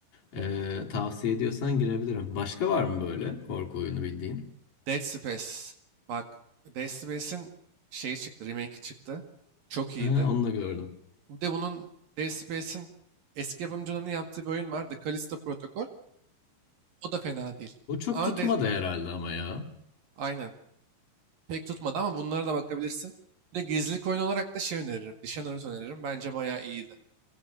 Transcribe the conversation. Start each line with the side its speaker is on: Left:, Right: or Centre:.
Left: e, tavsiye ediyorsan girebilirim. Başka var mı böyle korku oyunu bildiğin?
Right: Dead Space. Bak Dead Space'in şeyi çıktı. Remake'i çıktı. Çok iyiydi.
Left: Ha, onu da gördüm.
Right: Bir de bunun Dead Space'in eski yapımcılarının yaptığı bir oyun var. The Callisto Protocol. O da fena değil.
Left: O çok
Right: Ama
Left: tutmadı
Right: de,
Left: herhalde ama ya.
Right: aynen. pek tutmadı ama bunlara da bakabilirsin. Bir de gizlilik oyunu olarak da şey öneririm. Dishonored öneririm. Bence bayağı iyiydi.